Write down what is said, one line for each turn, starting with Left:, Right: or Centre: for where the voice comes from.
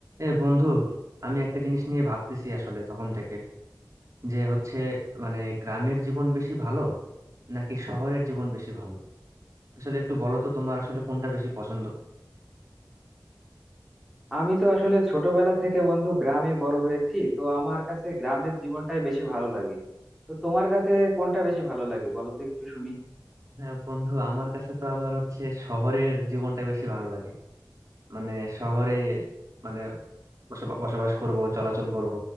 Right: এ বন্ধু আমি একটা জিনিস নিয়ে ভাবতেছি আসলে তখন থেকে যে হচ্ছে মানে গ্রামের জীবন বেশি ভালো নাকি শহরের জীবন বেশি ভালো আসলে একটু বলো তো তোমার আসলে কোনটা বেশি পছন্দ
Centre: আমি তো আসলে ছোটবেলা থেকে বন্ধু গ্রামে বড় হয়েছি তো আমার কাছে গ্রামের জীবনটাই বেশি ভালো লাগে তো তোমার কাছে কোনটা বেশি ভালো লাগে বলো তো একটু শুনি
Right: হ্যাঁ বন্ধু আমার কাছে তো আবার হচ্ছে শহরের জীবনটা বেশি ভালো লাগে মানে শহরে মানে বসবা- বসবাস করব চলাচল করব